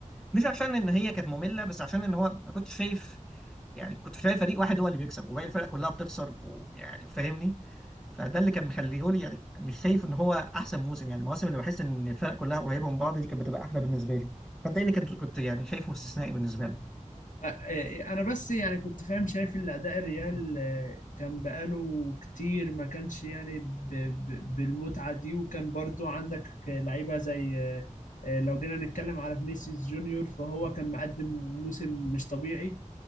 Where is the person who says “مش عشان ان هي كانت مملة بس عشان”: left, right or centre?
Centre